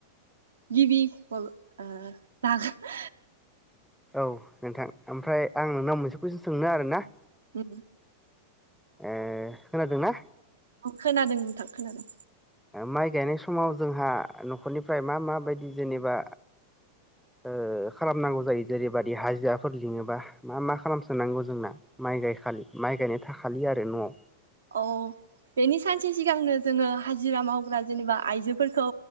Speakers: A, on the right; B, in the centre.
A: गिबि अ ओ जागा <unintelligible>
B: औ नोंथां ओमफ्राय आं नोंनाव मोनसे कुइसन सोंनो आरो ना।
A: औ।
B: ए खोनादोंना?
A: खोनादों नोंथां खोनादों।
B: माइ गायनाय समाव जोंहा न'खरनिफ्राय मा मा बायदि जेनेबा ओ खालामनांगौ जायो जेरैबादि हाजिराफोर लिङोबा मा मा खालामसोनांगौ जोंना माइ गायखालि माइ गायनाय थाखालि आरो न'आव
A: औ बेनि सानसे सिगांनो जोङो हाजिरा मावग्रा जेनेबा आइजोफोरखौ